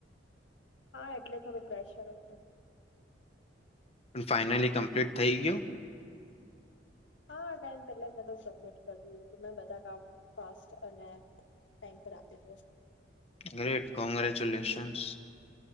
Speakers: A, on the left; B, on the left.
A: હા એટલે થોડું પ્રેશર હતું.
B: પણ ફાઈનલી કમ્પ્લીટ થઈ ગયું?
A: હા ટાઈમ પહેલા જ મેં તો સબમિટ કરી દીધું તું મેં બધા કામ ફાસ્ટ અને ટાઈમ પર આવતી.
B: Great congratulations.